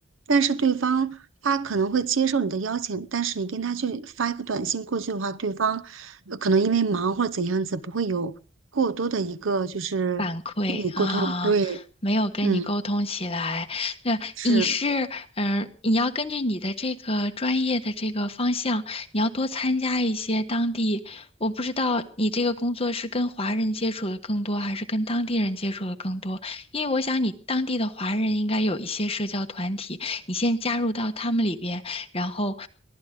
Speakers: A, on the right (about 75°); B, on the left (about 30°).
A: 但是对方他可能会接受你的邀请，但是你跟他去发一个短信过去的话，对方呃可能因为忙或者怎样子，不会有过多的一个就是跟你沟通。
B: 反馈啊，
A: 对，
B: 没有跟你沟通起来。
A: 嗯，
B: 那你是，
A: 是。
B: 嗯、你要根据你的这个专业的这个方向，你要多参加一些当地。我不知道你这个工作是跟华人接触的更多，还是跟当地人接触的更多？因为我想你当地的华人应该有一些社交团体，你先加入到他们里边，然后